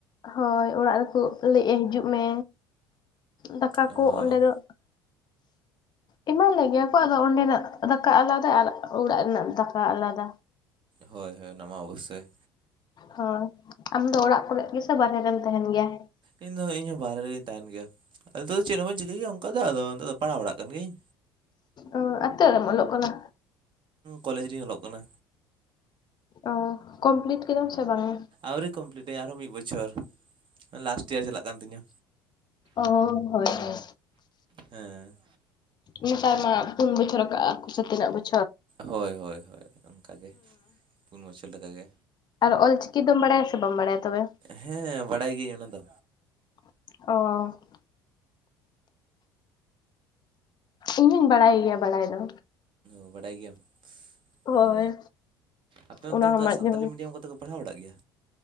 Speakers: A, on the left; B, on the right.
A: ᱦᱳᱭ ᱚᱲᱟᱜ ᱨᱮᱠᱚ ᱞᱟᱹᱭᱮᱜᱼᱟ ᱦᱤᱡᱩᱜ ᱢᱮ ᱫᱟᱠᱟ
B: ᱚ
A: ᱠᱚ ᱚᱸᱰᱮ ᱫᱚ ᱮᱢᱟ ᱞᱮ ᱜᱮᱭᱟ ᱠᱚ ᱟᱫᱚ ᱚᱸᱰᱮ ᱱᱟᱜ ᱫᱟᱠᱟ ᱟᱞᱟᱫᱟ ᱟᱨ ᱚᱲᱟᱜ ᱨᱮᱱᱟᱜ ᱫᱟᱠᱟ ᱟᱞᱟᱫᱟ
B: ᱦᱳᱭ ᱦᱳᱭ ᱚᱱᱟᱢᱟ ᱚᱵᱚᱥᱥᱳᱭ
A: ᱦᱳᱭ, ᱟᱢ ᱫᱚ ᱚᱲᱟᱜ ᱠᱚᱨᱮ ᱜᱮᱥᱮ ᱵᱟᱦᱨᱮ ᱨᱮᱢ ᱛᱟᱦᱮᱱ ᱜᱮᱭᱟ?
B: ᱤᱧᱫᱚ ᱤᱧ ᱦᱚᱸ ᱵᱟᱦᱨᱮ ᱨᱮᱜᱮᱧ ᱛᱟᱦᱮᱱ ᱜᱮᱭᱟ ᱟᱫᱚ ᱱᱤᱛᱚᱜ ᱫᱚ ᱪᱮᱜ ᱦᱚᱸ ᱵᱟᱹᱧ ᱪᱤᱠᱟᱹᱭ ᱜᱮᱭᱟ ᱚᱝᱠᱟ ᱫᱚ ᱟᱫᱚ ᱱᱤᱛᱚᱜ ᱫᱚ ᱯᱟᱲᱦᱟᱣ ᱵᱟᱲᱟᱜ ᱠᱟᱱ ᱜᱤᱭᱟᱹᱧ
A: ᱚ ᱟᱨ ᱛᱟᱹᱜ ᱨᱮᱢ ᱚᱞᱚᱜ ᱠᱟᱱᱟ?
B: ᱠᱚᱞᱮᱡᱽ ᱨᱤᱧ ᱚᱞᱚᱜ ᱠᱟᱱᱟ
A: ᱚ ᱠᱚᱢᱯᱞᱤᱴ ᱠᱮᱫᱟᱢ ᱥᱮ ᱵᱟᱝ-ᱟ?
B: ᱟᱹᱣᱨᱤ ᱠᱚᱢᱯᱞᱤᱴᱟᱹᱧ ᱟᱨᱦᱚᱸ ᱢᱤᱜ ᱵᱚᱪᱷᱚᱨ ᱞᱟᱥᱴ ᱤᱭᱟᱨ ᱪᱟᱞᱟᱜ ᱠᱟᱱ ᱛᱤᱧᱟᱹ
A: ᱚᱣ ᱦᱚᱭ ᱦᱚᱭ
B: ᱦᱮᱸ
A: ᱱᱮᱛᱟᱨ ᱢᱟ ᱯᱩᱱ ᱵᱚᱪᱷᱚᱨ ᱠᱟᱜᱼᱟᱠᱚ ᱥᱮ ᱛᱤᱱᱟᱹᱜ ᱵᱚᱪ?
B: ᱦᱚᱭ ᱦᱚᱭ ᱦᱚᱭ ᱚᱝᱠᱟ ᱜᱮ ᱯᱩᱱ ᱵᱚᱪᱷᱚᱨ ᱞᱮᱠᱟᱜᱮ
A: ᱟᱫᱚ ᱚᱞᱪᱤᱠᱤ ᱫᱚᱢ ᱵᱟᱰᱟᱭᱟ ᱥᱮ ᱵᱟᱢ ᱵᱟᱰᱟᱭᱟ ᱛᱚᱵᱮ?
B: ᱦᱮᱸ ᱵᱟᱲᱟᱭ ᱜᱤᱭᱟᱹᱧ ᱚᱱᱟ ᱫᱚ
A: ᱚᱻ ᱤᱧ ᱦᱩᱧ ᱵᱟᱲᱟᱭ ᱜᱮᱭᱟ ᱵᱟᱲᱟᱭ ᱫᱚ
B: ᱚ ᱵᱟᱰᱟᱭ ᱜᱮᱭᱟᱢ ᱦᱩᱸ
A: ᱦᱳᱭ
B: ᱟᱯᱮ ᱚᱱᱛᱮ
A: ᱚᱱᱟ
B: ᱚᱝᱠᱟ
A: ᱦᱚᱸ ᱢᱟᱡᱷᱮ
B: ᱥᱟᱱᱛᱟᱞᱤ ᱢᱤᱰᱤᱭᱟᱹᱢ ᱠᱚᱛᱮ ᱠᱚ ᱯᱟᱲᱦᱟᱣ ᱵᱟᱲᱟᱜ ᱜᱮᱭᱟ?